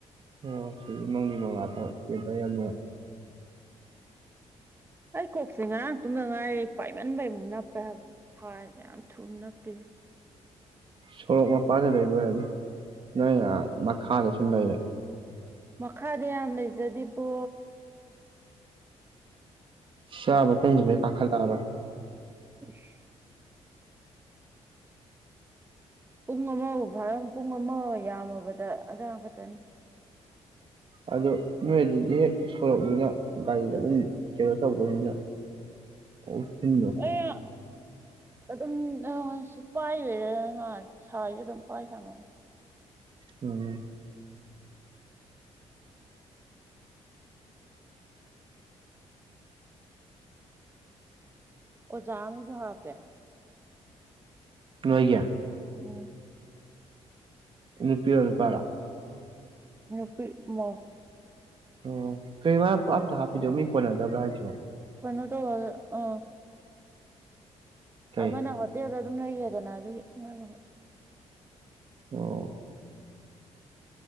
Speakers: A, on the right; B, on the right.
A: ꯑꯣ ꯁꯤꯗ ꯃꯪꯂꯤ ꯃꯪꯂꯥ ꯇꯧꯏ ꯋꯦꯗꯥꯔ ꯌꯥꯝ ꯅꯨꯡꯉꯥꯏ
B: ꯑꯩ ꯀꯣꯛꯁꯦ ꯉꯔꯥꯡ ꯇꯨꯝꯗ ꯉꯥꯏꯔ ꯄꯥꯏꯃꯟꯕꯩꯃꯨꯛ ꯅꯞꯄꯦ ꯍꯥꯏꯕ ꯁꯥꯏꯁꯤ ꯌꯥꯝ ꯊꯨꯅ ꯅꯞꯄꯤꯁꯤ
A: ꯁꯣꯔꯣꯛ ꯃꯄꯥꯥꯟꯗ ꯂꯩꯕꯩ ꯑꯣꯏꯔꯝꯅꯤ ꯅꯪꯅ ꯃꯈꯥꯗ ꯁꯨꯝ ꯂꯩꯔꯦ
B: ꯃꯈꯥꯗ ꯌꯥꯝ ꯂꯩꯖꯗꯦꯕꯣ
A: ꯆꯥꯕ ꯀꯨꯝꯒꯤꯗꯩ ꯀꯥꯈꯠꯂꯛꯑꯔꯣꯢ
B: ꯏꯁ ꯄꯨꯡ ꯑꯃꯕꯨ ꯐꯥꯔꯝ ꯄꯨꯡ ꯑꯃ ꯌꯥꯝꯃꯕꯗ ꯑꯗꯥꯏꯃꯨꯛ ꯈꯥꯛꯇꯅꯤ
A: ꯑꯗꯨ ꯅꯣꯏ ꯑꯗꯨꯗꯤ ꯍꯦꯛ ꯁꯣꯔꯣꯛꯅꯤꯅ ꯒꯥꯔꯤꯗ ꯑꯗꯨꯝ ꯀꯩꯅꯣ ꯇꯧꯕꯅꯤꯅ ꯎꯐꯨꯟꯗꯣ
B: ꯑꯩꯌꯥ ꯑꯗꯨꯝ ꯑꯥ ꯁꯤ ꯄꯥꯏ ꯂꯩꯔꯦꯅ ꯁꯥꯏꯁꯤ ꯑꯗꯨꯝ ꯄꯥꯏ ꯁꯥꯟꯅꯕ
A: ꯎꯝ
B: ꯑꯣꯖꯥ ꯑꯝꯖꯨ ꯍꯥꯞꯄꯦ꯫
A: ꯅꯣꯏꯒꯤ꯫
B: ꯎꯝ
A: ꯅꯨꯄꯤꯔꯣ ꯅꯨꯄꯥꯔꯣ꯫
B: ꯅꯨꯄꯤ ꯃꯧ꯫
A: ꯑꯣ ꯀꯩꯅꫭ ꯃꯥꯅ ꯄꯨꯡꯍꯥꯞꯇ ꯍꯥꯞꯄꯤꯗꯣ ꯃꯤ ꯀꯣꯟꯅꯗꯕ꯭ꯔꯥ ꯍꯥꯏꯁꯤꯕꯣ꯫
B: ꯀꯟꯅꯇꯣ ꯑꯗꫭ ꯑ꯫
A: ꯀꯩ
B: ꯑꯃꯅ ꯍꯣꯇꯦꯜꯗ ꯑꯗꯨꯝ ꯂꯩꯔꯦꯗꯅ ꯑꯗꯨꯒꯤ ꯃꯥꯏ ꯃꯍꯨꯠ꯫
A: ꯑꯣ꯫